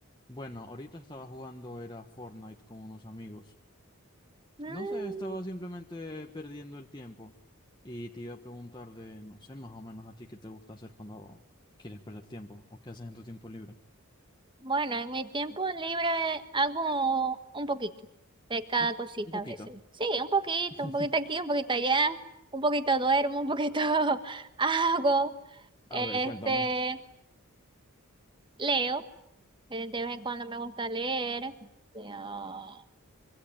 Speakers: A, on the left; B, on the right.
A: Bueno, ahorita estaba jugando, era Fortnite con unos amigos.
B: Mm,
A: No sé, estaba simplemente perdiendo el tiempo. Y te iba a preguntar de, no sé, más o menos a ti qué te gusta hacer cuando quieres perder tiempo o qué haces en tu tiempo libre.
B: bueno, en mi tiempo libre hago un poquito de cada
A: Un, po-
B: cosita
A: un poquito.
B: a veces. Sí, un poquito,
A: <laughs>
B: un poquito aquí, un poquito allá, un poquito duermo, un poquito <laughs> hago, este,
A: A ver, cuéntame.
B: leo, eh, de vez en cuando me gusta leer, leo,